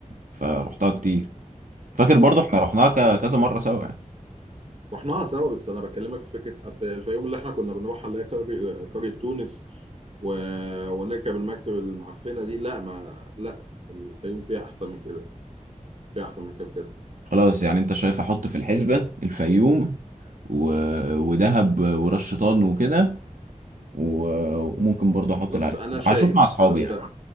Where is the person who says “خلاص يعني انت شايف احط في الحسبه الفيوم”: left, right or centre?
Right